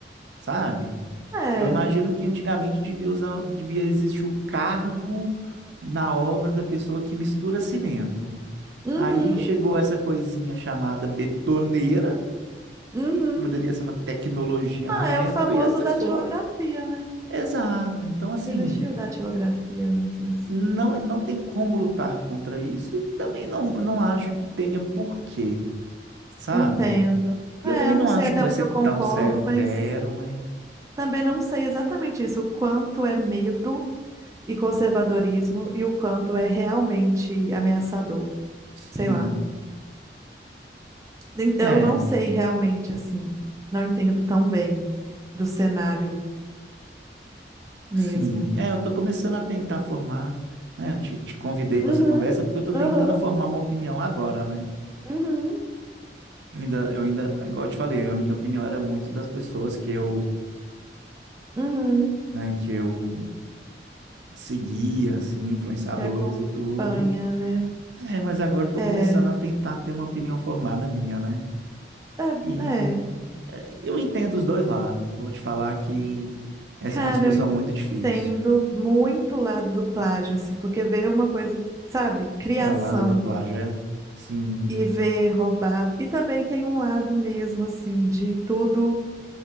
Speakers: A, on the right; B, on the right.
A: sabe?
B: É.
A: Eu imagino que antigamente devia usar, devia existir o cargo na obra da pessoa que mistura cimento.
B: Uhum.
A: Aí chegou essa coisinha chamada betoneira
B: Uhum.
A: poderia ser uma tecnologia
B: Ah,
A: na
B: é
A: época,
B: o famoso
A: e as pessoas.
B: datilografia, né?
A: Exato. Então, assim,
B: Existiu datilografia antes, assim.
A: não, não tem como lutar contra isso, e também não, não acho que tenha porquê, sabe?
B: Entendo.
A: E
B: É,
A: eu também
B: eu
A: não
B: não sei
A: acho
B: até
A: que vai
B: onde
A: ser
B: eu concordo,
A: tão severo,
B: mas
A: mas
B: também não sei exatamente isso, o quanto é medo e conservadorismo e o quanto é realmente ameaçador.
A: sim.
B: Sei lá. Ent-
A: É,
B: Eu não sei realmente, assim. Não entendo tão bem do cenário mesmo.
A: sim. É, eu tô começando a tentar formar, né? Eu te, te convidei para
B: Uhum,
A: essa conversa porque eu tô tentando
B: uhum,
A: formar uma opinião agora, né?
B: uhum,
A: Eu ainda, eu ainda, igual eu te falei, a minha opinião era muito das pessoas que eu,
B: uhum.
A: né, que eu seguia, assim, influenciadores
B: Que acompanha,
A: e tudo.
B: né?
A: É, mas agora estou
B: É.
A: começando a tentar ter uma opinião formada minha, né?
B: É,
A: E
B: é.
A: é, eu entendo os dois lados. Vou te falar que essa
B: Cara,
A: é uma discussão
B: eu
A: muito difícil.
B: entendo muito o lado do plágio, assim, porque ver uma coisa, sabe, criação
A: É, o lado do plágio é, sim,
B: e ver roubado. E também tem um lado mesmo, assim, de tudo.